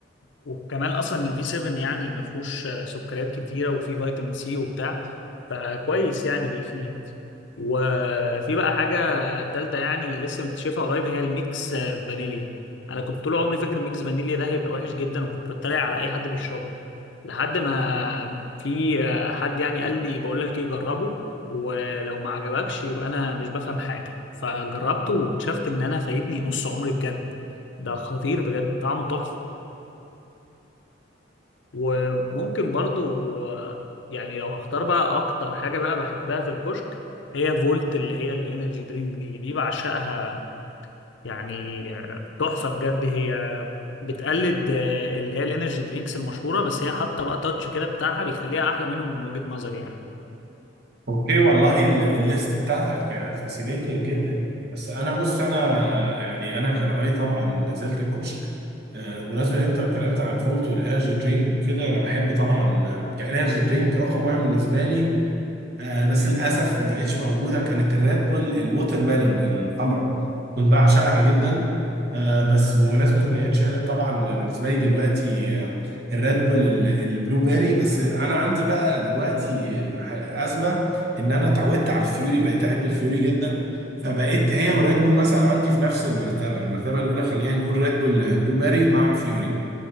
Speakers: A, on the left (about 75°); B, on the right (about 60°).
A: وكمان أصلا ال V7 يعني ما فيهوش سكريات كتيرة وفيه فيتامين سي وبتاع فكويس يعني بيفيد وفي بقى حاجة تالتة يعني لسه مكتشفها قريب هي الميكس فانيليا أنا كنت طول عمري فاكر الميكس فانيليا ده هيبقى وحش جدا وكنت بتريق على أي حد بيشربه لحد ما في حد يعني قال لي بقول لك ايه جربه ولو ما عجبكش يبقى انا مش بفهم حاجه فجربته واكتشفت ان انا فايتني نص عمري بجد ده خطير بجد طعمه تحفه وممكن برضو آه، يعني لو هختار بقى اكتر حاجه بقى بحبها في الكشك هي فولت اللي هي الانرجي درينك دي دي بعشقها يعني آه، تحفه بجد هي بتقلد آه، اللي هي الانرجي درينكس المشهوره بس هي حاطه بقى تاتش كده بتاعها بيخليها احلى منهم من وجهه نظري يعني
B: اوكي والله ال- الليست بتاعتك فاسينيتنج جدا يعني بس انا بص انا يعني انا كان رايي طبعا نزلت الكشك آه، بالمناسبه ان انت اتكلمت عن الفولت والانرجي درينك وكده انا بحب طبعا كانرجي درينك رقم واحد بالنسبه لي آه بس للاسف ما بقتش موجوده كانت الريد بول الووتر ميلون الحمراء كنت بعشقها جدا آه بس بمناسبه ان هي اتشالت طبعا بالنسبه لي دلوقتي آه، الريد بول ال- البلو بيري بس انا عندي بقى دلوقتي ه- ازمه ان انا اتعودت على الفيوري بقيت احب الفيوري جدا فبقيت هي والريد بول مثلا عندي في نفس المرتبه المرتبه الاولى خلينا نقول ريد بول بلو بيري مع فيوري